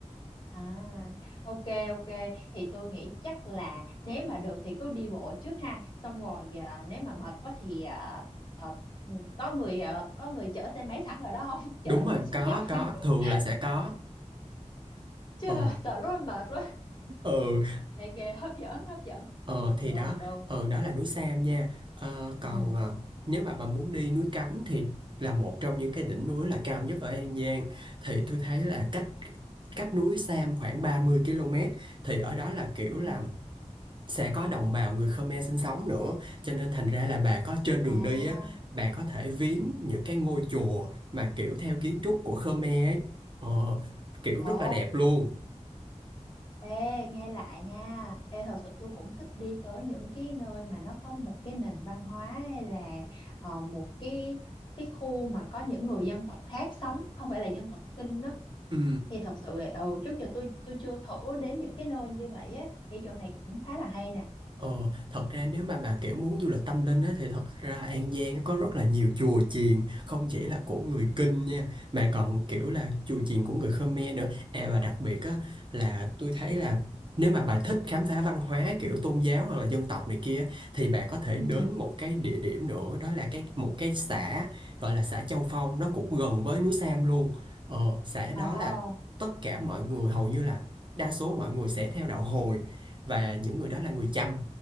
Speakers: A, on the left (about 40°); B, on the right (about 40°).
A: à, ok ok thì tôi nghĩ chắc là nếu mà được thì cứ đi bộ trước ha xong rồi à, nếu mà mệt quá thì à, à, ừ, có người à, có người chở xe máy sẵn ở đó không <laughs> chở
B: đúng rồi,
A: đi xuống
B: có,
A: dốc
B: có,
A: <laughs>
B: thường là sẽ có.
A: chứ
B: Ờ,
A: sợ lúc em mệt quá
B: ừ.
A: ok hấp dẫn hấp dẫn
B: Ờ thì
A: được
B: đó,
A: được
B: ờ đó là núi Sam nha. Ờ, còn
A: ừ
B: ờ, nếu mà bà muốn đi núi Cấm thì là một trong những cái đỉnh núi là cao nhất ở An Giang thì tôi thấy là
A: Ừ.
B: cách cách núi Sam khoảng 30 km thì ở đó là kiểu
A: Ừ.
B: là sẽ có đồng bào người Khmer sinh sống nữa cho nên thành ra là bà có trên đường
A: à
B: đi á bà có thể viếng những cái ngôi chùa mà kiểu theo kiến trúc của Khmer ấy ờ, kiểu rất
A: ồ
B: là đẹp luôn
A: Ê, nghe lại nha. Ê, thật sự tôi cũng thích đi tới những cái nơi mà nó có một cái nền văn hóa hay là ờ, một cái cái khu mà có những người dân tộc khác sống, không phải là dân tộc Kinh đó.
B: ừ.
A: Thì thật sự là, ừ, trước giờ tôi tôi chưa thử đến những cái nơi như vậy á. Thì chỗ này cũng khá là hay nè.
B: Ờ, thật ra nếu mà bà kiểu muốn du lịch tâm linh á, thì thật ra An Giang á có rất là nhiều chùa chiền không chỉ là của
A: Ừ.
B: người Kinh nha mà còn kiểu là chùa chiền của người Khmer nữa à và đặc biệt á là tôi thấy là nếu mà bà thích khám phá văn hóa kiểu tôn giáo hoặc là dân tộc này kia thì bà có thể
A: Ừ.
B: đến một cái địa điểm nữa đó là cái một cái xã gọi là xã Châu Phong nó cũng gần với núi Sam luôn ờ, xã đó
A: Ờ.
B: là tất cả mọi người hầu như là đa số mọi người sẽ theo đạo Hồi và những người đó là người Chăm